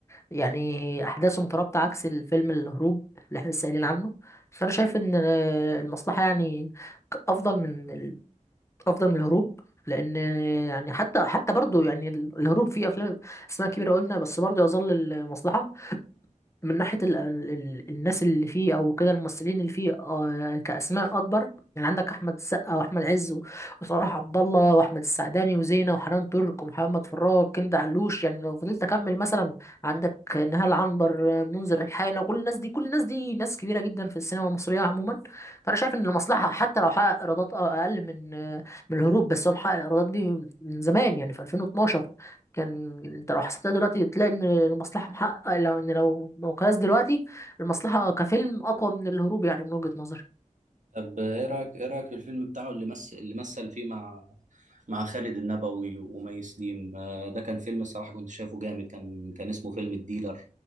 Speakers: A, on the left (about 20°); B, on the right (about 70°).
A: يعني احداثه مترابطه عكس الفيلم الهروب اللي احنا لسه قايلين عنه فانا شايف ان آه، المصلحه يعني ك- افضل من ال... افضل من الهروب لان آه، يعني حتى حتى برضه يعني ال- الهروب فيه افلام اسماء كبيره قلنا بس برضه يظل المصلحه من ناحية ال ال ال الناس اللي فيه أو كده الممثلين اللي فيه آه كأسماء أكبر يعني عندك أحمد السقا وأحمد عز و- وصلاح عبد الله وأحمد السعداني وزينة وحنان ترك ومحمد فراج كندا علوش يعني لو فضلت أكمل مثلا عندك نهال عنبر آه، منذر الحانة كل الناس دي كل الناس دي ناس كبيرة جدا في السينما المصرية عموما فأنا شايف إن المصلحة حتى لو حقق إيرادات آه، أقل من آه، من الهروب بس هو محقق الإيرادات دي من زمان يعني في 2012 كان انت لو حسبتها دلوقتي تلاقي ان المصلحه محقق لو ان لو مقياس دلوقتي المصلحه كفيلم اقوى من الهروب يعني من وجهه نظري
B: طب ايه رايك ايه رايك في الفيلم بتاعه اللي مثل اللي مثل فيه مع مع خالد النبوي ومي سليم آه، ده كان فيلم الصراحه كنت شايفه جامد كان كان اسمه فيلم الديلر